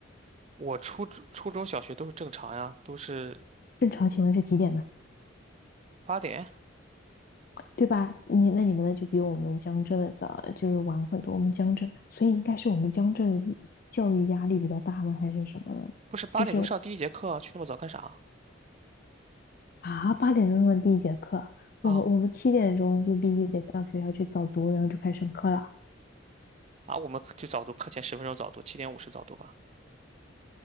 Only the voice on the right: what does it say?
我初中初中小学都是正常呀，都是
八点，
不是八点钟上第一节课啊去那么早干啥
啊？
啊，我们去早读，课前十分钟早读，七点五十早读吧。